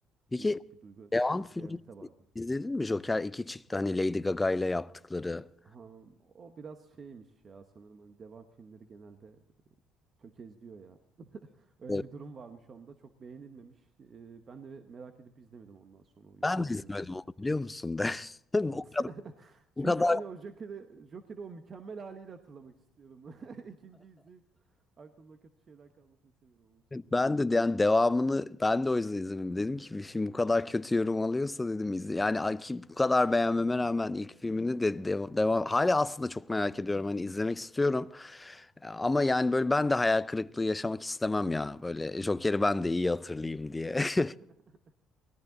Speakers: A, on the left; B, on the right.
A: Peki
B: Değişik bir duygu,
A: devam filmini
B: realite vardı.
A: izledin mi? Joker 2 çıktı hani Lady Gaga ile yaptıkları.
B: Ha, o biraz şeymiş ya sanırım hani devam filmleri genelde tökezliyor ya. <laughs> Öyle
A: Evet,
B: bir durum varmış onda. Çok beğenilmemiş. Ee, ben de merak edip izlemedim ondan sonra o yorumları
A: Ben de izlemedim
B: görünce.
A: onu biliyor musun de. <laughs> O
B: Evet.
A: kadar,
B: <laughs> Çünkü
A: o kadar
B: hani o Joker'i Joker'i o mükemmel haliyle hatırlamak istiyorum. <laughs> İkinci izleyip aklımda kötü şeyler kalmasını istemiyorum olumsuz yorumların.
A: ben de yani devamını ben de o yüzden izlemedim. Dedim ki bir film bu kadar kötü yorum alıyorsa dedim izle. Yani ay ki bu kadar beğenmeme rağmen ilk filmini de devam, devam hala aslında çok merak ediyorum hani izlemek istiyorum. Ama yani böyle ben de hayal kırıklığı yaşamak istemem ya. Böyle Joker'i ben de iyi hatırlayayım diye. <laughs>
B: <laughs>